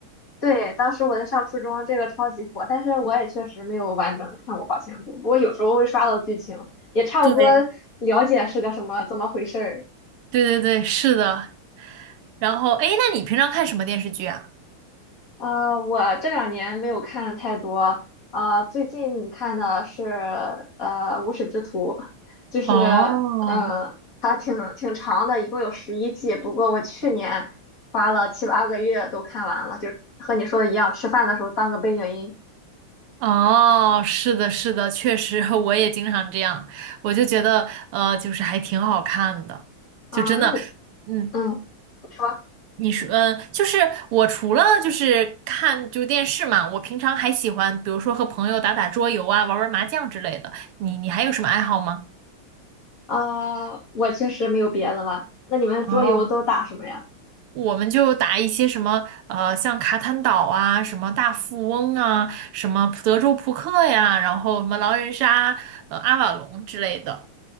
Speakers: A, on the left; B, on the right.
A: 对，当时我在上初中，这个超级火，但是我也确实没有完整的看过《花千骨》，不过有时候会刷到剧情，也差不多了解是个什么怎么回事儿。
B: 对，对对对，是的。然后，哎，那你平常看什么电视剧啊？
A: 呃，我这两年没有看太多，呃，最近看的是呃《无耻之徒》，就是
B: 哦，
A: 嗯、呃它挺挺长的，一共有十一季，不过我去年花了七八个月都看完了，就和你说的一样，吃饭的时候当个背景音。
B: 哦，是的，是的，确实，<laughs> 我也经常这样，我就觉得，呃，就是还挺好看的，
A: 啊、
B: 就真的，
A: 那你
B: 嗯，
A: 嗯。说。
B: 你说，嗯，就是我除了就是看就电视嘛，我平常还喜欢，比如说和朋友打打桌游啊，玩玩麻将之类的。你你还有什么爱好吗？
A: 啊，我确实没有别的了。那你们桌游都打什么呀？
B: 哦，我们就打一些什么呃，像卡坦岛啊，什么大富翁啊，什么德州扑克呀，然后什么狼人杀、呃阿瓦隆之类的。